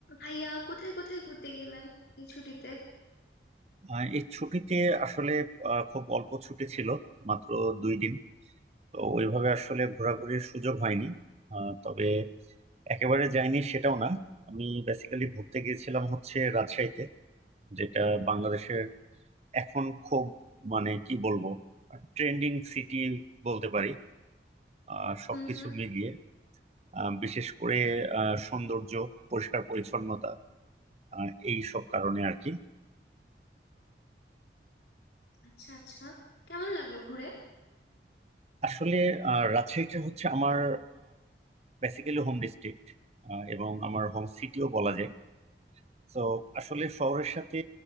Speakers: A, on the left; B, on the right.
A: আইয়া কোথায় কোথায় ঘুরতে গেলেন এই ছুটিতে
B: আহ, এই ছুটিতে আসলে আহ, খুব অল্প ছুটি ছিল মাত্র দুই দিন তো ওইভাবে আসলে ঘোরাঘুরির সুযোগ হয়নি আহ, তবে একেবারে যাইনি সেটাও না আমি বেসিক্যালি ঘুরতে গিয়েছিলাম হচ্ছে রাজশাহীতে যেটা বাংলাদেশের এখন খুব মানে কি বলবো ট্রেন্ডিং সিটি বলতে পারি আহ, সবকিছু
A: হুম হুম
B: মিলিয়ে আহ, বিশেষ করে আহ, সৌন্দর্য পরিষ্কার পরিচ্ছন্নতা আহ, এই সব কারণে আর কি
A: আচ্ছা আচ্ছা কেমন লাগলো ঘুরে
B: আসলে আহ, রাজশাহীটা হচ্ছে আমার বেসিক্যালি হোম ডিস্ট্রিক্ট এবং আমার হোম সিটিও বলা যায় তো আসলে শহরের সাথে